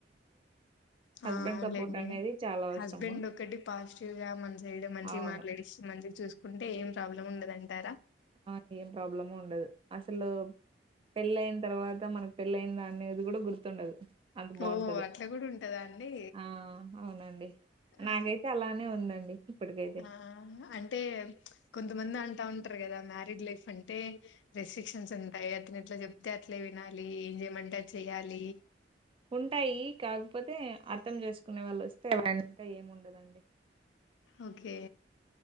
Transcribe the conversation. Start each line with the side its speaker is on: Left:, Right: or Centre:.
Right: హస్బెండ్
Left: ఆ అవునులేండి
Right: సపోర్ట్ అనేది చాలా అవసరము
Left: హస్బెండ్ ఒకటి పాజిటివ్ గా మంచి మన సైడ్ మంచిగా
Right: అవును
Left: మాట్లాడి మంచిగా చూసు కుంటే ఏం ప్రాబ్లం ఉండదంటారా.
Right: ఆ ఏం ప్రాబ్లం ఉండదు అసలు పెళ్లిఅయిన తర్వాత మనకు పెళ్ళ అయిందఅనేది కూడా గుర్తుండదు అంత బాగుంటది
Left: ఓ అట్లా కూడా ఉంటదా అండి
Right: ఆ అవునండి నాకైతే
Left: ఆ
Right: అలానే ఉందండి ఇప్పటికైతే
Left: ఆ అంటే కొంతమంది అంటా ఉం అంటరు కదా మ్యారీడ్ లైఫ్ అంటే రెస్ట్రిక్షన్స్ ఉంటాయి అతను ఎట్లా చెప్తే అట్లే వినాలి ఏం చేయమంటే అది చెయాలి
Right: ఉంటాయి కాకపోతే అర్థం చేసుకునే వాళ్ళు వస్తే అవంత ఏమి ఉండదండి
Left: ఓకే